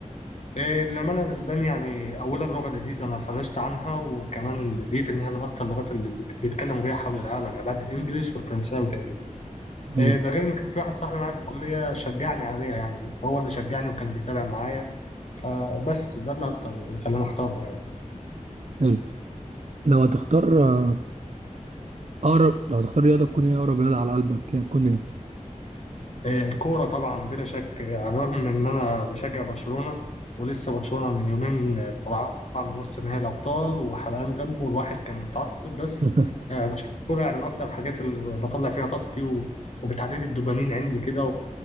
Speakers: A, on the left; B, on the right.
A: إيه، للأمانة الأسباني يعني أولا لغة لذيذة أنا سرشت عنها وكمان لقيت إن هي من أكتر اللغات اللي بيت- بيتكلموا بيها حول العالم يعني بعد الإنجليش والفرنساوي تقريبا
B: امم
A: إيه، ده غير إن كان في واحد صاحبي معايا في الكلية شجعني عليها يعني هو اللي شجعني وكان بيتابع معايا فبس ده اللي أكتر اللي خلاني أختارها
B: حلو لو هتختار آه، اقرب لو هتختار رياضة تكون ايه اقرب رياضة على قلبك هتكون ايه
A: آه، الكورة طبعا بلا شك آه، على الرغم من إن أنا بشجع برشلونة ولسه برشلونة من يومين آه، طلع طلع من نص نهائي الأبطال وحرقان دم والواحد كان متعصب بس
B: <laughs>
A: آه، بشوف الكورة يعني من أكتر الحاجات اللي بطلع فيها طاقتي و- وبتعدي لي الدوبامين عندي كده